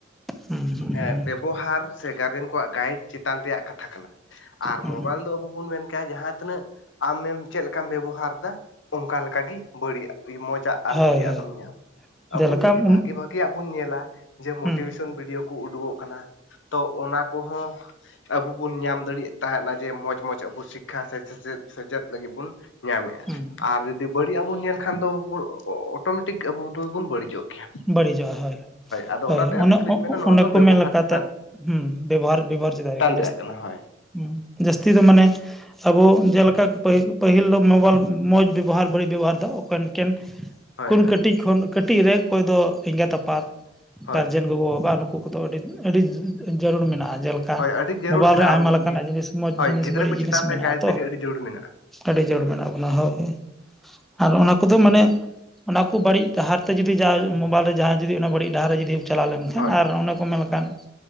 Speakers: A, in the centre; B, on the left (about 70°).
A: ᱦᱩᱸ ᱦᱩᱸ
B: ᱦᱮᱸ
A: ᱦᱩᱸ
B: ᱵᱮᱵᱚᱦᱟᱨ ᱥᱮ ᱜᱟᱨᱡᱮᱱ ᱠᱚᱣᱟᱜ ᱜᱟᱭᱤᱰ ᱪᱮᱛᱟᱱ ᱨᱮᱭᱟᱜ ᱠᱟᱛᱷᱟ ᱠᱟᱱᱟ᱾ ᱟᱨ
A: ᱦᱩᱸ
B: ᱢᱳᱵᱟᱭᱤᱞ ᱫᱚ ᱟᱵᱚ ᱵᱚᱱ ᱢᱮᱱ ᱠᱮᱭᱟ ᱡᱟᱦᱟᱸ ᱛᱤᱱᱟᱹᱜ ᱟᱢᱮᱢ ᱪᱮᱫ ᱞᱮᱠᱟᱢ ᱵᱮᱵᱚᱦᱟᱨᱫᱟ ᱚᱱᱠᱟᱠᱟᱜᱮ ᱵᱟᱹᱲᱤᱡ, ᱢᱚᱡᱟᱜ ᱟᱨ
A: ᱦᱳᱭ
B: ᱵᱟᱹᱲᱤᱡ-ᱟᱜ
A: ᱦᱳᱭ
B: ᱫᱚᱢ ᱧᱟᱢᱟ ᱟᱵᱚ
A: ᱡᱮᱞᱮᱠᱟ
B: ᱡᱩᱫᱤ ᱵᱷᱟᱜᱤ
A: ᱦᱩᱸ
B: ᱵᱷᱟᱜᱮᱟᱜ ᱧᱮᱞᱟ, ᱡᱮ ᱢᱳᱴᱤᱵᱷᱮᱥᱚᱱ
A: ᱦᱩᱸ
B: ᱵᱷᱤᱰᱭᱳ ᱠᱚ ᱩᱰᱩᱠᱚᱜ ᱠᱟᱱᱟ ᱛᱚ ᱚᱱᱟ ᱠᱚᱦᱚᱸ ᱟᱵᱚ ᱵᱚᱱ ᱧᱟᱢ ᱫᱟᱲᱮᱭᱟᱜ ᱛᱟᱦᱮᱱᱟ ᱡᱮ ᱢᱚᱸᱡᱽ ᱢᱚᱸᱡᱽ ᱟᱵᱚ ᱥᱤᱠᱠᱷᱟ ᱥᱮᱪᱮᱫ ᱥᱮᱪᱮᱫ ᱞᱟᱹᱜᱤᱫ ᱵᱚᱱ ᱧᱟᱢᱮᱜᱼᱟ
A: ᱦᱩᱸ
B: ᱟᱨ ᱡᱩᱫᱤ ᱵᱟᱹᱲᱤᱡ-ᱟᱜ ᱵᱚᱱ ᱧᱮᱞ ᱠᱷᱟᱱ ᱫᱚ ᱚᱴᱳᱢᱮᱴᱤᱠ ᱟᱵᱚ ᱫᱚᱵᱚᱱ ᱵᱟᱹᱲᱤᱡᱚᱜ ᱜᱮᱭᱟ᱾
A: ᱵᱟᱹᱲᱤᱡᱚᱜᱼᱟ᱾ ᱦᱳᱭ
B: ᱟᱫᱚ
A: ᱦᱳᱭ
B: ᱚᱱᱟᱛᱮ ᱟᱹᱞᱤᱧ
A: ᱚ-ᱚ-ᱚᱱᱮ
B: ᱫᱚᱞᱤᱧ ᱢᱮᱱᱟ ᱱᱚᱣᱟ ᱫᱚ
A: ᱠᱚ
B: ᱵᱮᱵᱚᱦᱟᱨ
A: ᱢᱮᱱ ᱞᱮᱠᱟᱛᱮ
B: ᱪᱮᱛᱟᱱ
A: ᱦᱩᱸ ᱵᱮᱵᱚᱦᱟᱨ ᱵᱮᱵᱚᱦᱟᱨ ᱪᱮᱛᱟᱱ ᱛᱮᱜᱮ
B: ᱨᱮᱭᱟᱜ
A: ᱡᱟᱹᱥᱛᱤ᱾
B: ᱠᱟᱱᱟ ᱦᱳᱭ
A: ᱦᱩᱸ ᱡᱟᱹᱥᱛᱤ ᱫᱚ ᱢᱟᱱᱮ ᱟᱵᱚ ᱡᱮᱞᱮᱠᱟ ᱯᱟ. -ᱯᱟᱹᱦᱤᱞ ᱫᱚ ᱢᱳᱵᱟᱭᱤᱞ ᱢᱚᱸᱡᱽ ᱵᱮᱵᱚᱦᱟᱨ ᱵᱟᱹᱲᱤᱡ ᱵᱮᱵᱚᱦᱟᱨ ᱫᱚ ᱚᱠᱚ ᱮᱱᱠᱮᱱ
B: ᱦᱳᱭ
A: ᱠᱷᱚᱱᱩᱱ
B: ᱦᱳᱭ
A: ᱠᱟᱹᱴᱤᱡ ᱠᱷᱚᱱ ᱠᱟᱹᱴᱤᱡ ᱨᱮ ᱚᱠᱚᱭ ᱫᱚ ᱮᱸᱜᱟᱛ ᱟᱯᱟᱛ
B: ᱦᱳᱭ
A: ᱜᱟᱨᱡᱮᱱ ᱜᱚᱜᱚ ᱵᱟᱵᱟ ᱱᱩᱠᱩ ᱠᱚᱫᱚ ᱟᱹᱰᱤ ᱟᱹᱰᱤ ᱡᱟᱹᱨᱩᱲ ᱢᱮᱱᱟᱜᱼᱟ᱾ᱡᱮ ᱠᱟ
B: ᱦᱳᱭ ᱟᱹᱰᱤ ᱡᱟᱹᱨᱩᱲ
A: ᱢᱳᱵᱟᱭᱤᱞ
B: ᱢᱮᱱᱟᱜᱼᱟ
A: ᱨᱮ ᱟᱭᱢᱟ ᱞᱮᱠᱟᱱᱟᱜ ᱡᱤᱱᱤᱥ ᱢᱚᱡᱽ
B: ᱦᱳᱭ
A: ᱡᱤᱱᱤᱥ
B: ᱜᱤᱫᱽᱨᱟᱹ
A: ᱵᱟᱹᱲᱤᱡ
B: ᱠᱚ
A: ᱡᱤᱱᱤᱥ
B: ᱪᱮᱛᱟᱱ
A: ᱢᱮᱱᱟᱜᱼᱟ
B: ᱨᱮ ᱜᱟᱭᱤᱰ
A: ᱛᱚ᱾
B: ᱞᱟᱹᱜᱤᱫ ᱟᱹᱰᱤ ᱡᱟᱹᱨᱩᱲ ᱢᱮᱱᱟᱜᱼᱟ
A: ᱟᱹᱰᱤ ᱡᱳᱨ ᱢᱮᱱᱟᱜ ᱵᱚᱱᱟ ᱦᱳᱭ, ᱟᱨ ᱚᱱᱟ ᱠᱚᱫᱚ ᱢᱟᱱᱮ ᱚᱱᱟ ᱠᱚ ᱵᱟᱹᱲᱤᱡ ᱰᱟᱦᱟᱨ ᱛᱮ ᱡᱩᱫᱤ ᱡᱩᱫᱤ ᱡᱟᱦᱟᱭ ᱢᱳᱵᱟᱭᱤᱞ ᱨᱮ ᱡᱩᱫᱤ ᱚᱱᱟ ᱵᱟᱹᱲᱤᱡ ᱰᱟᱦᱟᱨ ᱨᱮ ᱡᱩᱫᱤ ᱪᱟᱞᱟᱣ ᱞᱮᱱᱠᱷᱟᱱ
B: ᱦᱳᱭ
A: ᱟᱨ ᱚᱱᱮ ᱠᱚ ᱢᱮᱱᱞᱮᱠᱟᱱ